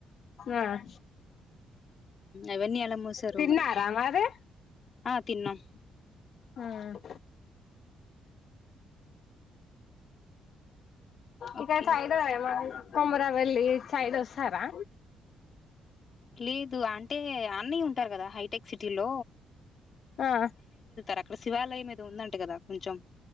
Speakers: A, on the left; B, on the left.
A: ఆ
B: అవన్నీ ఎలా మూసారు
A: తిన్నారా
B: మరి
A: మరి.
B: ఆ తిన్నాం
A: ఉమ్. ఇక్కడ
B: ఓకే
A: చాయ్ తా ఏమన్న కొమురవెల్లి సైడ్ ఒస్తారా
B: లేదు అంటే అన్నయ్య ఉంటారు కదా హైటెక్. సిటీలో.
A: ఆ.
B: రక్కడ శివాలయం ఏదో ఉంద ట కదా కొంచెం